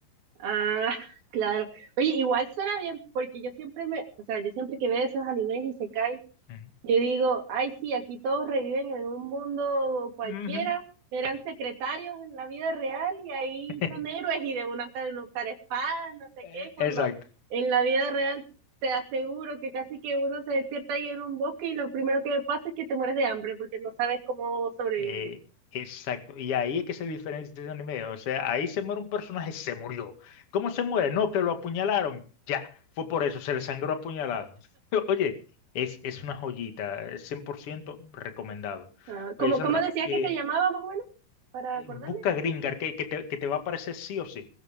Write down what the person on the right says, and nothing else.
Ah, <laughs> claro. Oye, igual suena bien, porque yo siempre me, o sea, yo siempre que veo esos animes y se cae,
yo digo, ay, sí, aquí todos reviven en un mundo cualquiera,
eran secretarios en la vida real y ahí
son héroes y de una saben usar espadas, no sé
qué, cuando
en la vida real te aseguro que casi que uno se despierta ahí en un bosque y lo primero que pasa es que te mueres de hambre porque no sabes cómo sobrevivir.
Ah,
¿cómo,
cómo decías
que se llamaba más o menos? Para
acordarme.